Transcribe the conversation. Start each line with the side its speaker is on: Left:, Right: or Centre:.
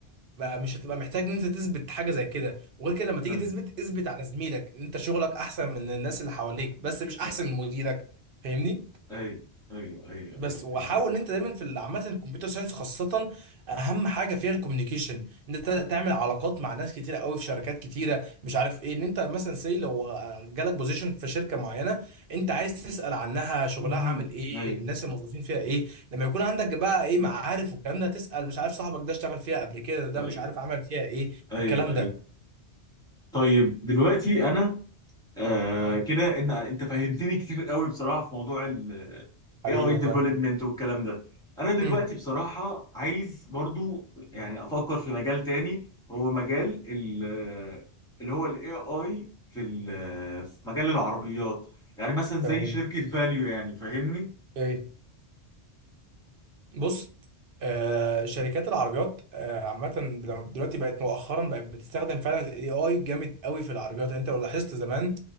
Right: مش هتبقى محتاج ان انت تثبت حاجه زي كده وغير كده لما تيجي
Centre: ايوه
Right: تثبت اثبت على زميلك ان انت شغلك احسن من الناس اللي حواليك بس مش احسن
Centre: لا،
Right: من مديرك فاهمني
Centre: ايوه ايوه ايوه
Right: بس
Centre: ايوه فهمتك
Right: وحاول ان انت دايما في ال- عامه الكمبيوتر ساينس خاصه اهم حاجه فيها الكوميونيكيشن ان انت تعمل علاقات مع ناس كتيره قوي في شركات كتيره مش عارف ايه ان انت مثلا سي لو آه، جالك بوزيشن في شركه معينه انت عايز تسال عنها شغلها
Centre: مهم.
Right: عامل ايه
Centre: ايوه
Right: الناس الموظفين فيها ايه لما يكون عندك بقى ايه
Centre: ط-
Right: معارف والكلام ده تسال مش عارف صاحبك ده اشتغل فيها قبل كده ده
Centre: طيب
Right: مش عارف عمل فيها ايه
Centre: ايوه
Right: الكلام
Centre: ايوه
Right: ده
Centre: طيب دلوقتي انا آه كده ان انت فهمتني كتير قوي بصراحه في موضوع ال
Right: حبيبي
Centre: AI
Right: والله
Centre: development والكلام ده انا دلوقتي
Right: امم
Centre: بصراحه عايز برضو يعني افكر في مجال تاني هو مجال ال اللي هو ال AI في ال- في مجال العربيات يعني مثلا زي
Right: تمام
Centre: شركه فاليو يعني فاهمني
Right: ايه بص آه شركات العربيات آه عامة لما دلوقتي بقت مؤخرا بقت بتستخدم فعلا الاي اي جامد قوي في العربيات يعني انت لو لاحظت زمان